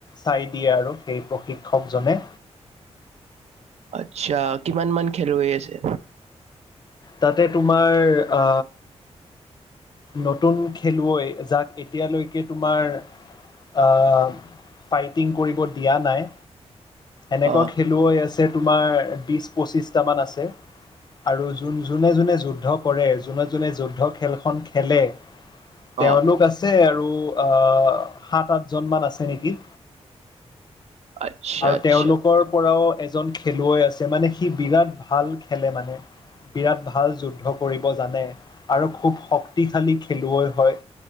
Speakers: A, on the left; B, on the right.
A: চাই দিয়ে আৰু সেই প্ৰশিক্ষকজনে।
B: আচ্ছা কিমান মান খেলুৱৈ আছে?
A: তাতে তোমাৰ আ, নতুন খেলুৱৈ যাক এতিয়ালৈকে তোমাৰ আ, ফাইটিং কৰিব দিয়া নাই এনেকুৱা
B: অ',
A: খেলুৱৈ আছে তোমাৰ বিশ পঁচিছটা মান আছে। আৰু যোন যোনে যোনে যুদ্ধ কৰে যোনে যোনে যুদ্ধ খেলখন খেলে তেওঁলোক
B: অ',
A: আছে আৰু আৰু আ, সাত আঠজন মান আছে নেকি।
B: আচ্ছা,
A: আৰু
B: আচ্ছা।
A: তেওঁলোকৰ পৰাও এজন খেলুৱৈ আছে মানে সি বিৰাট ভাল খেলে মানে। বিৰাট ভাল যুদ্ধ কৰিব জানে আৰু খুব শক্তিশালী খেলুৱৈ হয়।